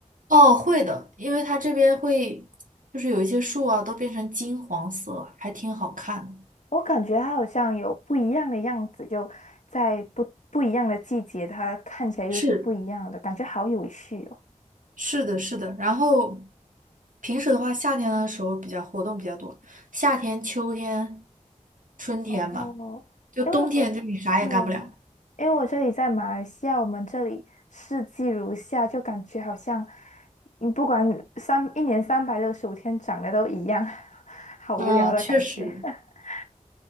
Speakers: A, on the right; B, on the left.
A: 哦，会的，因为它这边会，就是有一些树啊，都变成金黄色，还挺好看的。
B: 我感觉它好像有不一样的样子，就在不不一样的季节，它看起来又是不一样的，
A: 是，
B: 感觉好有趣哦。
A: 是的，是的。然后平时的话，夏天的时候比较活动比较多，夏天、秋天、春天吧。
B: 哦，
A: 就冬天，
B: 因为我
A: 就你啥也干不了。
B: 对，因为我这里在马来西亚，我们这里四季如夏，就感觉好像，嗯，不管三一年三百六十五天长得都一样，<laughs> 好无聊的感觉。
A: 啊，确实。
B: <laughs>